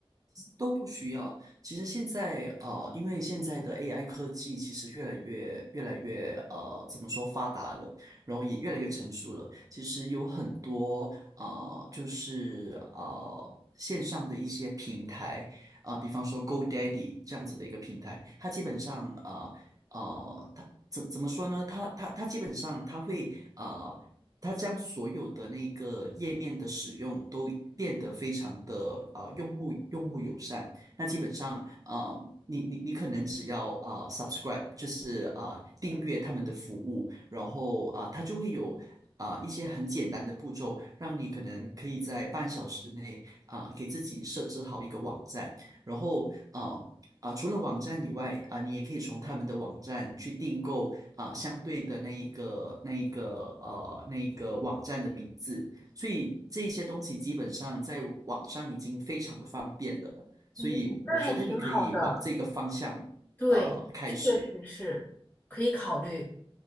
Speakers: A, on the right (about 35°); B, on the left (about 20°).
A: 都不需要。其实现在呃，因为现在的 AI 科技其实越来越越来越呃，怎么说发达了，然后也越来越成熟了。其实有很多呃，就是呃线上的一些平台啊、比方说 GoDaddy 这样子的一个平台，它基本上啊。呃，呃它怎怎么说呢？它它它基本上它会啊呃。它将所有的那个页面的使用都变得非常的呃用户用户友善。那基本上啊，你你你可能只要啊 subscribe，就是啊订阅他们的服务，然后啊、呃它就会有。啊、一些很简单的步骤，让你可能可以在半小时内啊、给自己设置好一个网站，然后啊啊、除了网站以外啊、你也可以从他们的网站去订购啊、相对的那一个那一个呃那一个网站的名字，所以这些东西基本上在网上已经非常的方便了，所以我觉得你可以往这个方向呃开始，
B: 嗯，那还挺好的。对，确实是，可以考虑，